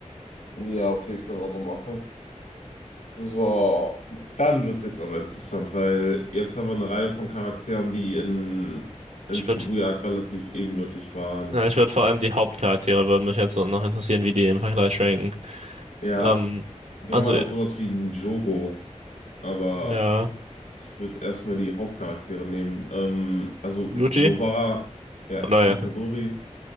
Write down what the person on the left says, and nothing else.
Ja, okay, können wir so machen. So, dann wird's jetzt aber interessant, weil jetzt haben wir eine Reihe von Charakteren, die in, im
Shibuya-Arc
relativ ebenbürtig waren.
Ja,
wir
haben halt auch sowas wie einen Jogo, aber
ich würde erstmal die Hauptcharaktere nehmen. Ähm, also
Nobara, ja,
Itadori